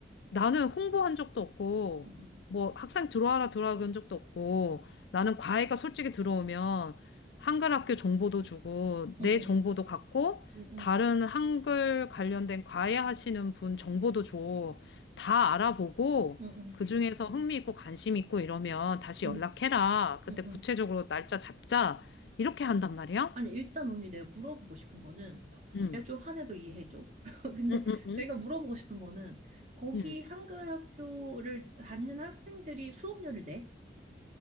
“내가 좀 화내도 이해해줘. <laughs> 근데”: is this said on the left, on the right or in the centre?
Right